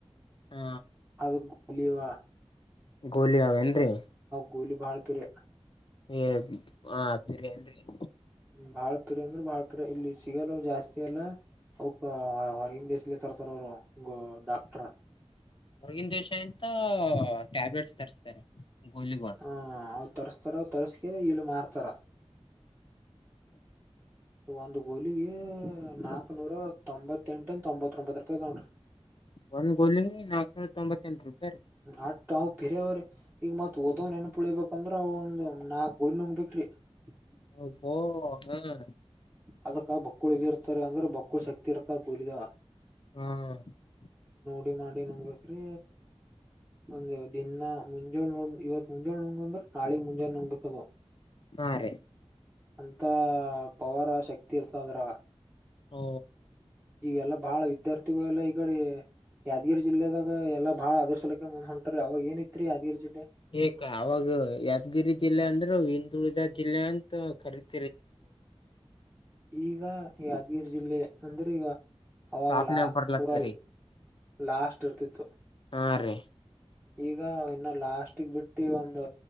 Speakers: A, on the left (about 50°); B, on the right (about 15°).
A: ಹ್ಮ
B: ಗಲಿಯ <unintelligible>
A: ಗೋಲಿ ಅವಾವೆಂದ್ರೆ
B: ಕೂಲಿ ಬಾಳಪ್ರಿಯೆ
A: ಏ ಹ ಆತೀರಿ ಏನ್ರಿ <unintelligible>
B: ಬಾಳ್ ಪೀರಿ ಅಂದ್ರೆ ಬಾಳ್ ಪೀರಿ ಇಲ್ಲಿ ಸಿಗಲ್ಲ ಜಾಸ್ತಿ ಅಲ್ಲ ಅವ ಹೊರಗಿನ್ ದೇಶದಿಂದ ತರ್ತರೆ ಗ ಡಾಕ್ಟರ್
A: ಹೊರಗಿನ ದೇಶ ಎಂತ ಟ್ಯಾಬ್ಲೆಟ್ಸ್ ತರಿಸಸ್ತಾರೆ ಗೋಲಿಗೋ
B: ಹ ಅವ್ ತರ್ಸ್ತಾರ ತರ್ಸ್ಕ ಇಲ್ಲ ಮಾರ್ತಾರ ಒಂದು ಗೋಲಿಗೆ ನಾಕ್ನೂರ ತೊಂಬತ್ತೆಂಟಂದ ತೊಂಬತ್ಬತ್ ರೂಪಾಯಿ ತಗೊಂಡಿ
A: ಒಂದ ಗೋಲಿಗೆ ನಾಲ್ಕನೂರ ತೊಂಬತ್ತೆಂಟು ರಾಯಿ
B: ಆ <unintelligible> ಬೇರ ಅವ್ರಿ ಈಗ ಮತ್ ಓದವನ್ ಏನ್ ಪುಳಿಬೇಕಂದ್ರ ಅವ ಒಂದ್ ನಾಯ್ಲ್ ನುಂಗ್ಬೇಕಿ <unintelligible>
A: ಹ ಹಾ <inaudible>
B: ಅದುಕ್ಕೋ ಬೊಕ್ಕುಳಿ ಬ ಇದ ಇರ್ತಾರೆ ಅಂದ್ರೆ ಬೊಕ್ಕುಳಿ ಶಕ್ತಿ ಇರ್ತ ಗೂಲಿದಾವ
A: ಹ್ಮ್
B: ಡಿ ಮಾಡಿ ನೋಬೇಕ್ರಿ ಒಂದ ದಿನ ಮುಂಜಾಳು ನೋ ಇವತ್ ಮುಂಜಾಳು ನೋಂಗ ಅಂದ್ರ ನಾಳಿಗ್ ಮುಂಜಾನಳೆ ನೋಗ್ಬೇಕದು
A: ಹ ರೀ
B: ಅಂತ ಪವರ್ ಶಕ್ತಿ ಇರ್ತ ಅದ್ರ
A: ಹ್ಮ
B: ಈಗೆಲ್ಲ ಬಹಳ ವಿದ್ಯಾರ್ಥಿಗಳೆಲ್ಲ ಈಗಡೆ ಯಾದಗಿರಿ ಜಿಲ್ಲೆದಾಗ ಎಲ್ಲಾ ಬಾಳ ಆದರ್ಶಲಕ್ಕೆ ಮಂದ ಹೊಂಟ್ರ ಅವಾಗ ಏನಿತ್ರಿ ಯಾದಗಿರಿ ಜಿಲ್ಲೆ
A: ಏಕ ಅವಾಗ ಯಾದಗಿರಿ ಜಿಲ್ಲೆ ಅಂದ್ರೆ ಹಿಂದುಳಿದ ಜಿಲ್ಲೆ ಅಂತ ಕರತ
B: ಈಗ ಯಾದಗಿರಿ ಜಿಲ್ಲೆ ಅಂದ್ರೆ ಈಗ ಅವಾಗ
A: ಟಾಪ್ನಾಗ
B: ಲಾ
A: ಬರ್ಲತ್ತರಿ
B: ಪೂರ ಲಾಸ್ಟ್ ಇರ್ತಿತ್ತು
A: ಹಾ ರೀ
B: ಈಗ ಇನ್ನ ಲಾಸ್ಟಗ್ ಬಿಟ್ಟಿ ಒಂದು